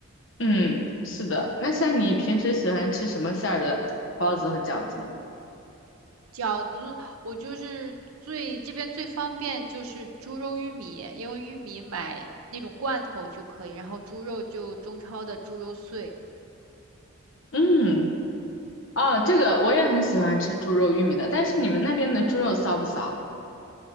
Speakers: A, on the left; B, on the right.
A: 嗯，是的。那像你平时喜欢吃什么馅儿的包子和饺子呢？
B: 饺子，我就是最这边最方便就是猪肉玉米，因为玉米买那种罐头就可以，然后猪肉就中超的猪肉碎，
A: 嗯，哦，这个我也很喜欢吃猪肉玉米的，但是你们那边的猪肉骚不骚？